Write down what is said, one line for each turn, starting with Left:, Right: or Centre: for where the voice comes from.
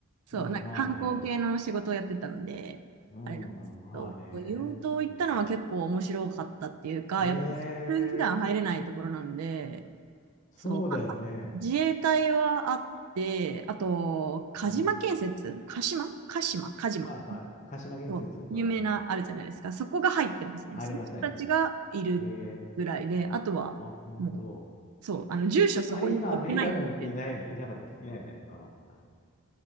Right: そう、
Left: うん、
Right: なんか観光系の仕事をやってたので、
Left: まあね。うん、
Right: あれなんですけど、
Left: まあね。
Right: 硫黄島行ったのは結構面白かったっていうか、
Left: だって、ええ
Right: やっぱ普通普段入れないところなんで、
Left: そうだよね。
Right: そう、まあ自衛隊はあって、あと、鹿島建設、
Left: うん。は
Right: 鹿島鹿島鹿島
Left: いはい。鹿島建設。
Right: そう有名なあるじゃないですか。
Left: うん。
Right: そこが入ってますね。
Left: あります、
Right: その人たちがいるぐらいで、
Left: あります。ええ
Right: あとは、
Left: あ、本当。
Right: もう、そう、あの、住所そこに置けないんで。
Left: あれ、今、アメリカ軍っていないよね。いなかったっけいないよね。うん。なるほど